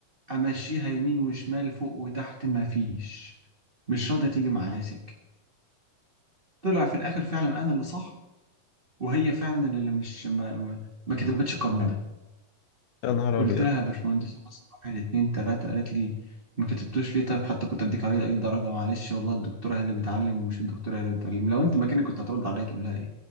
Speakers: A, on the right (about 55°); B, on the left (about 75°).
A: امشيها يمين وشمال فوق وتحت ما فيش مش راضيه تيجي معايا سكه طلع في الاخر فعلا انا اللي صح وهي فعلا اللي مش ما, ما ما كتبتش القانون ده
B: يا نهار
A: قلت
B: ابيض
A: لها يا باشمهندسة حصل واحد اتنين تلاتة قالت لي ما كتبتوش ليه طيب حتى كنت اديك عليه اي درجة معلش والله الدكتورة هي اللي بتعلم ومش الدكتورة هي اللي بتعلم لو انت مكاني كنت هترد عليا تقول لها ايه